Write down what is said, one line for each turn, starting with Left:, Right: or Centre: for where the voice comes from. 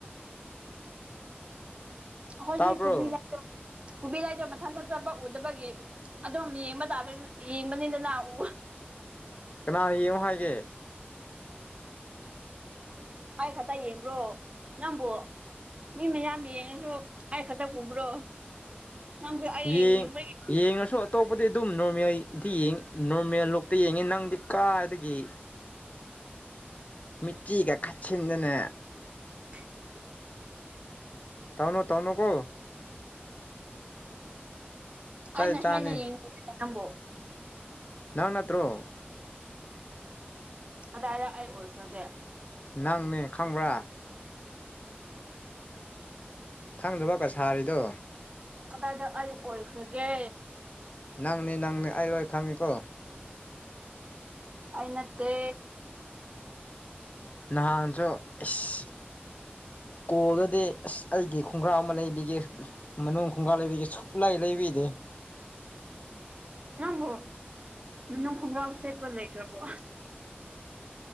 Right: ꯑꯩꯈꯣꯏꯒꯤ
Left: ꯇꯥꯕ꯭ꯔꯣ
Right: ꯀꯣꯕꯤ ꯂꯩꯗꯣ ꯀꯣꯕꯤ ꯂꯩꯗꯣ ꯃꯊꯟꯇ ꯆꯠꯄ ꯎꯗꯕꯒꯤ ꯑꯗꯨꯝ ꯌꯦꯡꯕ ꯇꯥꯕ ꯌꯦꯡꯕꯅꯤꯗꯅꯥ ꯎ
Left: ꯀꯅꯥꯅ ꯌꯦꯡꯉꯣ ꯍꯥꯏꯒꯦ
Right: ꯑꯩ ꯈꯛꯇ ꯌꯦꯡꯕ꯭ꯔꯣ ꯅꯪꯕꯨ ꯃꯤ ꯃꯌꯥꯝ ꯌꯦꯡꯉꯁꯨ ꯑꯩ ꯈꯛꯇ ꯎꯕ꯭ꯔꯣ ꯅꯪꯕꯨ ꯑꯩ
Left: ꯌꯦꯡ
Right: ꯌꯦꯡꯅꯤꯡꯕꯒꯤ
Left: ꯌꯦꯡꯉꯁꯨ ꯑꯇꯣꯞꯄꯗꯤ ꯑꯗꯨꯝ ꯅꯣꯔꯃꯦꯜ ꯏꯊꯤꯡ ꯅꯣꯔꯃꯦꯜ ꯂꯨꯛꯇ ꯌꯦꯡꯉꯤ ꯅꯪꯗꯤ ꯀꯥꯏꯗꯒꯤ ꯃꯤꯠꯆꯤꯒꯥ ꯈꯠ ꯁꯤꯟꯗꯅ
Right: <unintelligible>
Left: ꯇꯧꯅꯨ ꯇꯧꯅꯨꯀꯣ ꯆꯩ
Right: ꯑꯩꯅ
Left: ꯆꯥꯅꯤ
Right: ꯍꯦꯟꯅ ꯌꯦꯡꯅꯤꯡ <unintelligible> ꯅꯪꯕꯨ
Left: ꯅꯪ ꯅꯠꯇ꯭ꯔꯣ
Right: ꯀꯗꯥꯏꯗ ꯑꯩ ꯑꯣꯏꯈ꯭ꯔꯒꯦ
Left: ꯅꯪꯅꯦ ꯈꯪꯕ꯭ꯔꯥ ꯈꯪꯗꯕꯒ ꯁꯥꯔꯤꯗꯣ
Right: ꯀꯗꯥꯏꯗ ꯑꯩ ꯑꯣꯏꯈ꯭ꯔꯒꯦ
Left: ꯅꯪꯅꯦ ꯅꯪꯅꯦ ꯑꯩ ꯂꯣꯏ ꯈꯪꯉꯤꯀꯣ
Right: ꯑꯩ ꯅꯠꯇꯦ
Left: ꯅꯍꯥꯟꯁꯨ ꯏꯁ ꯀꯣꯜꯗꯗꯤ ꯑꯁ ꯑꯩꯒꯤ ꯈꯣꯡꯒ꯭ꯔꯥꯎ ꯑꯃ ꯂꯩꯕꯤꯒꯦ ꯃꯅꯨꯡ ꯈꯣꯡꯒꯥꯎ ꯂꯩꯕꯤꯒꯦ ꯁꯨꯛꯂꯩ ꯂꯩꯕꯤꯗꯦ
Right: ꯅꯪꯕꯣ ꯃꯅꯨꯡ ꯈꯣꯡꯒꯥꯎ ꯁꯦꯠꯄ ꯂꯩꯇ꯭ꯔꯕꯣ